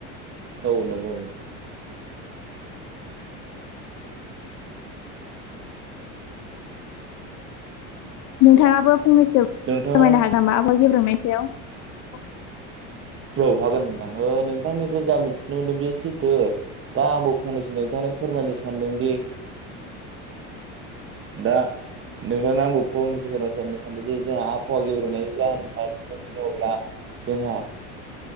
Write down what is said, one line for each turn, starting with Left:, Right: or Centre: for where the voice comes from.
Right: औ नंगौ
Left: नोंथाङाबो फंनैसो फोरमायनो
Right: नोंथाङा
Left: हागोन नामा आबहावा गेब्रेंनायनि सायाव
Right: औ हागोन नोंथां ओ नोंथांनिफ्राय जा मिथिनो मोनो बेयो सैथो दा आंबो फंनैसो नोंथांनो फोरमायनो सानदोंदि दा नोंथांनो आंबो फंनैसो फोरमाय सनो सानदोंदि जोंहा आबहावा गेब्रेंयनायनि जाहोन बुङोब्ला जोंहा